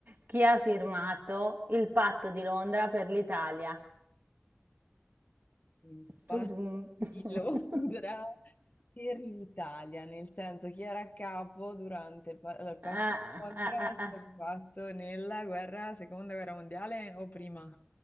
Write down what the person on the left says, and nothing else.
Infatti,
Londra per l'Italia, nel senso chi era a capo durante il pa- allora, il patto
di Londra
è
stato fatto nella guerra, seconda guerra mondiale o prima?